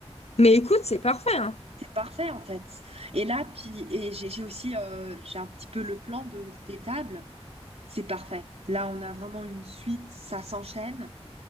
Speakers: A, on the left; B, on the right.
A: Mais écoute, c'est parfait, hein.
B: C'est parfait, en fait. Et là, puis, et j'ai j'ai aussi, euh, j'ai un petit peu le plan de, des tables. C'est parfait. Là, on a vraiment une suite, ça s'enchaîne.